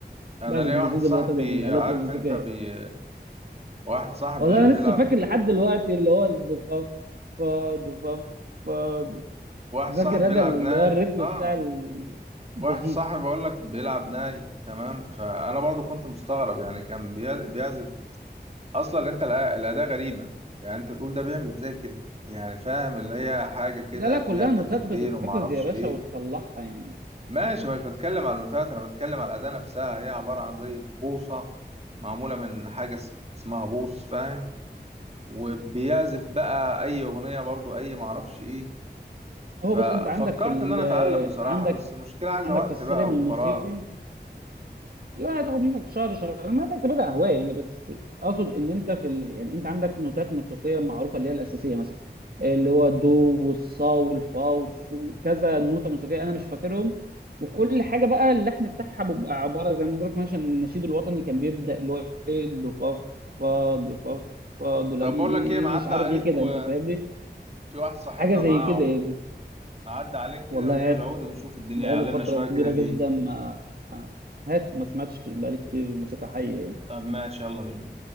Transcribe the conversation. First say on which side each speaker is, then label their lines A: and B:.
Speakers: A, on the right; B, on the right.
A: أنا
B: بعزف
A: ليا
B: النشيد
A: واحد صاحبي
B: الوطني بالالات
A: عارف
B: الموسيقيه
A: أنت بي... واحد صاحبي
B: والله
A: بيلعب
B: انا لسه فاكر لحد دلوقتي اللي هو الدوفاف فا دوفاف فا دوف.
A: واحد صاحبي
B: فاكر
A: بيلعب
B: هذا اللي
A: ناي
B: هو الريتم
A: أه
B: بتاع ال- النشيد
A: واحد صاحبي بقول لك بيلعب ناي تمام فأنا برضو كنت مستغرب يعني كان بي... بيعزف اصلا انت الأ- الاداة غريبة يعني انت تقول ده بيعمل ازاي كده يعني فاهم اللي هي حاجة كده
B: لا لا كلها
A: فيها فتحتين
B: نوتات بتتحفظ
A: وما اعرفش
B: يا باشا
A: ايه
B: وتطلعها يعني
A: ماشي مش بتكلم على النوتات انا بتكلم على الاداة نفسها هي عبارة عن زي بوصة معمولة من حاجة اس- اسمها بوص فاهم وبيعزف بقى اي اغنية برضو اي ما اعرفش ايه ففكرت
B: هو بص انت عندك في ال
A: ان انا اتعلم بصراحة
B: عندك
A: بس المشكلة عايزة
B: عندك
A: وقت
B: في السلم
A: بقى
B: الموسيقي
A: وفراغ
B: لا هتاخد منك شهر شهر ما تعتبرها هوايه يعني بس اقصد ان انت في ال... يعني انت عندك نوتات موسيقيه معروفه اللي هي الاساسيه مثلا اللي هو الدو والصا والفا والصو كذا نوته موسيقيه انا مش فاكرهم وكل حاجه بقى اللحن بتاعها بيبقى عباره زي ما بقولك مثلا النشيد الوطني كان بيبدا اللي هو ايه دو فا فا دو فا فا دو لا
A: طب
B: مي
A: بقول لك ايه معدي
B: مش عارف
A: عليك
B: ايه كده
A: وفي
B: انت فاهمني
A: واحد صاحبنا
B: حاجه زي
A: معاه
B: كده
A: عود
B: يعني
A: اعدي عليك كده
B: والله
A: واجيب العود ونشوف الدنيا
B: بقالي
A: يعلمنا
B: فترة
A: شوية
B: كبيرة
A: كده فيه
B: جدا ما هاتوا ما سمعتش كتير- بقالي كتير موسيقى حية يعني.
A: طب ماشي يلا بينا